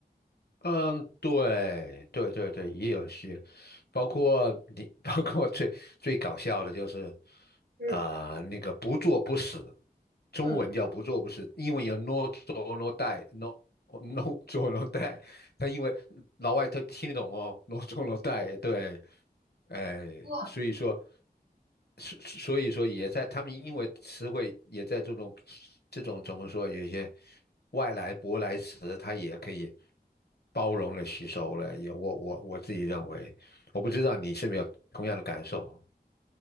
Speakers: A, on the left; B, on the right.
A: 嗯，对对对对，也有些，包括你，<laughs> 包括最最搞笑的就是
B: 嗯
A: 啊、那个不作不死，中文叫不作不死，
B: 嗯，
A: 英文有 no do no die，no no <laughs> do no die，他因为老外他听得懂哦，no do no die，对，哎，
B: 哇。
A: 所以说，所所以说也在他们因为词汇也在这种这种怎么说，有些外来舶来词，它也可以包容了、吸收了。也我我我自己认为，我不知道你是没有同样的感受。